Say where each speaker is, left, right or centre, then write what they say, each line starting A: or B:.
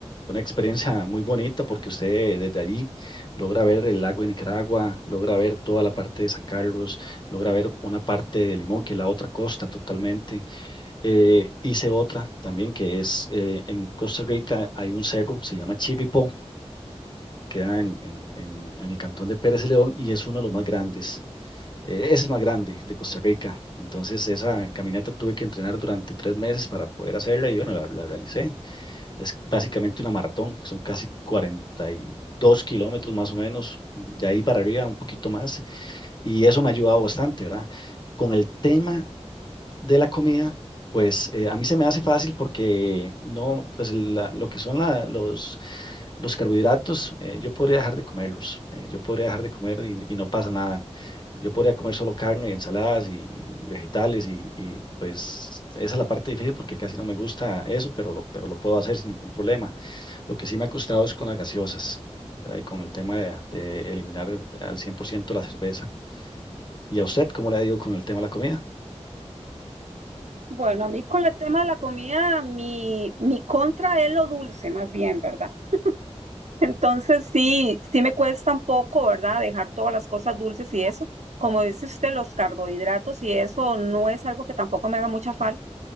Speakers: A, on the left (about 40°); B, on the right (about 80°).
A: Fue Una experiencia muy bonita porque usted desde allí logra ver el lago de Nicaragua, logra ver toda la parte de San Carlos, logra ver una parte de Limón, que es la otra costa totalmente eh, hice otra también que es eh, en Costa Rica hay un cerro, se llama Chirripó, queda en, en- en- en el cantón de Pérez de León y es uno de los más grandes. Eh, es el más grande de Costa Rica. Entonces esa caminata tuve que entrenar durante tres meses para poder hacerla y bueno, la, la realicé. Es básicamente una maratón, son casi 42 kilómetros más o menos, de ahí para arriba un poquito más y eso me ha ayudado bastante, ¿verdad? Con el tema de la comida, pues eh, a mí se me hace fácil porque no, pues el- la- lo que son la- los, los carbohidratos, eh, yo podría dejar de comerlos, eh, yo podría dejar de comer y, y no pasa nada. Yo podría comer solo carne, ensaladas y, y vegetales y, y, pues esa es la parte difícil porque casi no me gusta eso, pero lo, pero lo puedo hacer sin ningún problema. Lo que sí me ha costado es con las gaseosas, ¿verdad? Y con el tema de, de eliminar al 100% la cerveza. ¿Y a usted cómo le ha ido con el tema de la comida?
B: Bueno, a mí con el tema de la comida, mi, mi contra es lo dulce, más bien, ¿verdad? Entonces sí, sí me cuesta un poco, ¿verdad? Dejar todas las cosas dulces y eso. Como dice usted, los carbohidratos y eso no es algo que tampoco me haga mucha falta,